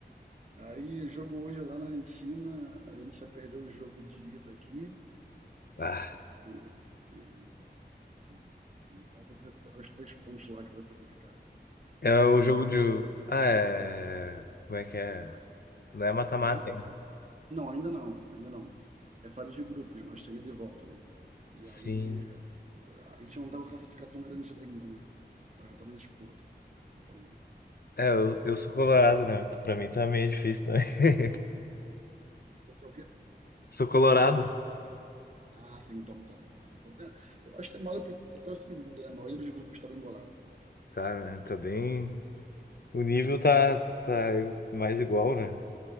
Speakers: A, on the right (about 40°); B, on the left (about 60°).
A: aí o jogo hoje lá na Argentina, a gente já perdeu o jogo de ida aqui.
B: Ah,
A: E, e, bom, assim, agora tem que recuperar os três pontos lá, que vai ser complicado.
B: é o
A: né? Aí,
B: jogo de. Ah, é. Como é que é? Não é mata-mata
A: ida e volta.
B: ainda.
A: Não, ainda não, ainda não. É fase de grupos, mas tem ida e volta, né? E
B: Sim.
A: aí a gente não tá com a classificação garantida ainda, né? Tá, tá na disputa. Então,
B: É, eu, eu sou colorado, né? Pra mim tá meio difícil também. <laughs>
A: você é o quê?
B: Sou colorado.
A: Ah, sim, então tá. tá, tá, tá. Eu acho que tem moda pra, pra quase todo mundo, né? A maioria dos grupos tá bem bolado.
B: Tá, né? Tá bem. O nível tá, tá mais igual, né?